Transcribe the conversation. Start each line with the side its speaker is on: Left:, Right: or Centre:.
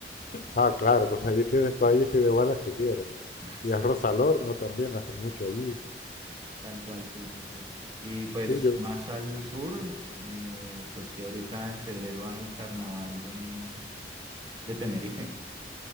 Left: ah, claro, pues allí tienes país y de igualas que quieras.
Right: <laughs> Sí,
Left: Y arroz al horno también hacen mucho allí.
Right: tal cual, sí, sí, sí. Y pues
Left: Sí, yo,
Right: más al sur, eh, pues fui ahorita en febrero al carnaval de, de Tenerife.